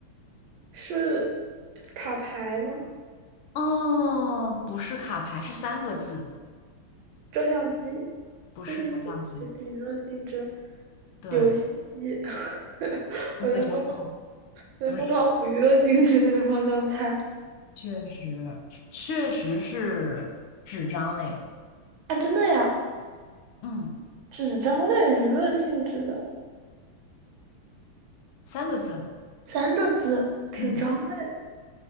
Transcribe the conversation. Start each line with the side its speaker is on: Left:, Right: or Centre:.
Right: 是卡牌吗？
Left: 哦，不是卡牌，是三个字，
Right: 照相机。<laughs>
Left: 不是照相机。
Right: 就是娱乐性质，
Left: 对，
Right: 游戏机，<laughs>
Left: 那就
Right: 我在疯狂，我在疯狂往娱乐性质那个方向猜
Left: 不是，确实，确实是纸张类。
Right: 啊！真的呀，
Left: 嗯，
Right: 纸张类娱乐性质的
Left: 三个字。
Right: 三个字，纸张类，
Left: 嗯，